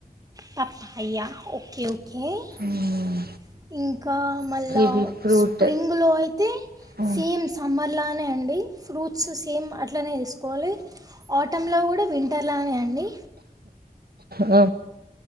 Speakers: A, on the right; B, on the right.
A: పప్ప అయ్యా ఓకే ఓకే ఇంక్
B: మ్మ్
A: ఇంకా మళ్ళా
B: కివి ఫ్రూట్
A: స్ప్రింగ్ులో అయితే
B: మ్మ్
A: సేమ్ సమ్మర్లానే అండి ఫ్రూట్స్ సేమ్ అట్లనే తీసుకోవాలి ఆటమ్ లో కూడా వింటర్లానే అండి
B: ఆ